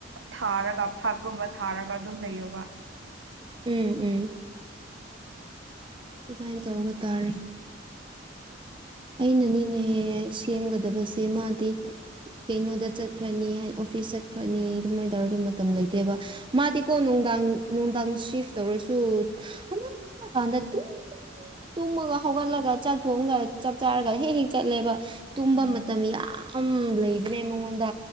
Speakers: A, on the right; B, on the right.
A: ꯊꯥꯔꯒ ꯐꯛꯀꯨꯝꯕ ꯊꯥꯔꯒ ꯑꯗꯨꯝ ꯂꯩꯌꯣꯕ꯫
B: ꯎꯝ ꯎꯝ꯫ ꯑꯗꯨꯃꯥꯏꯅ ꯇꯧꯕ ꯇꯥꯔꯦ꯫ ꯑꯩꯅꯅꯤꯅꯦꯍꯦ ꯁꯦꯝꯒꯗꯕꯁꯦ ꯃꯥꯗꯤ꯫ ꯀꯩꯅꯣꯗ ꯆꯠꯈ꯭ꯔꯅꯤ ꯍꯥꯏ ꯑꯣꯐꯤꯁ ꯆꯠꯈ꯭ꯔꯅꯤ ꯑꯗꯨꯃꯥꯏꯅ ꯇꯧꯔꯗꯤ ꯃꯇꯝ ꯂꯩꯇꯦꯕ꯫ ꯃꯥꯗꯤꯀꯣ ꯅꯨꯡꯗꯥꯡ ꯅꯨꯡꯗꯥꯡ ꯁꯤꯐ ꯇꯧꯔꯁꯨ ꯑꯃꯀꯥꯟꯗ ꯇꯨꯝ꯫ ꯇꯨꯡ ꯃꯒ ꯍꯒꯂꯒ ꯆꯠ ꯐꯣꯒ꯫ ꯆꯥꯛ ꯆꯥꯔꯒ ꯍꯦꯛ ꯍꯦꯛ ꯆꯠꯂꯦꯕ ꯇꯨꯝꯕ
A: ꯎꯝ
B: ꯃꯇꯝ ꯌꯥꯝ꯫ ꯂꯩꯕꯅꯦ ꯃꯉꯣꯟꯗ